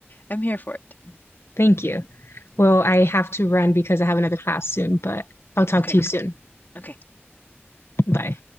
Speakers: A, on the left (about 45°); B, on the left (about 70°).
A: I'm here for it.
B: Thank you. Well, I have to run because I have another class soon, but I'll talk
A: Okay.
B: to you soon.
A: Okay.
B: Bye.